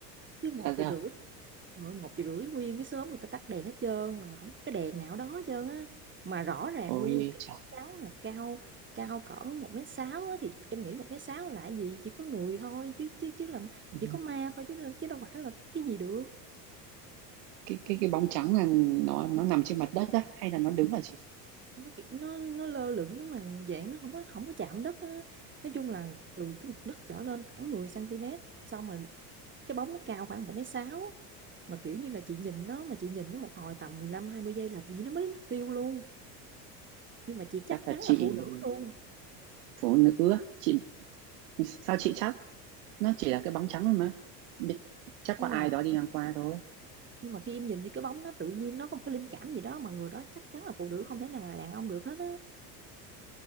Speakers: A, on the right; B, on the right.
A: chứ một
B: Thật
A: giờ
B: ra,
A: rưỡi rồi một giờ rưỡi nguyên cái xóm người ta tắt đèn hết trơn rồi không có cái đèn nào đó hết trơn á mà rõ ràng
B: ôi
A: luôn cái
B: trời.
A: bóng trắng mà cao cao cỡ một mét sáu á, thì em nghĩ một mét sáu là gì chỉ có người thôi chứ chứ chứ làm
B: Ừ,
A: chỉ có ma thôi chứ chứ đâu phải là cái, cái gì được
B: cái cái cái bóng trắng là nó nó nằm trên mặt đất á hay là nó đứng hả chị
A: nó kiểu nó nó lơ lửng á mà dạng nó không có không có chạm đất á. nói chung là từ cái mặt đất trở lên khoảng 10 cm xong rồi cái bóng nó cao khoảng một mét sáu mà kiểu như là chị nhìn nó mà chị nhìn nó một hồi tầm mười lăm hai mươi giây là tự nhiên nó mới mất tiêu luôn nhưng mà chị chắc
B: chắc
A: chắn
B: là chị
A: là phụ nữ luôn
B: phụ nữ á. chị sao chị chắc nó chỉ là cái bóng trắng thôi mà Biết- chắc
A: nhưng
B: có ai
A: mà
B: đó đi ngang qua thôi
A: nhưng mà khi em nhìn như cái bóng nó tự nhiên nó có một cái linh cảm gì đó mà người đó chắc chắn là phụ nữ không thể nào là đàn ông được hết á